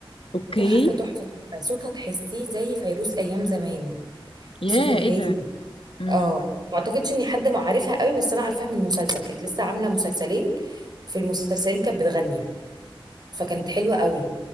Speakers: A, on the left; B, on the right.
A: اوكي
B: تحفة تحفة تحفة صوتها تحسيه زي فيروز أيام زمان
A: يا
B: الصوت الهادي
A: ايه ده
B: ده.
A: امم
B: اه ما أعتقدش إن حد ما عارفها قوي بس أنا عارفاها من مسلسل كانت لسه عاملة مسلسلين في المسلسلين كانت بتغني فكانت حلوة قوي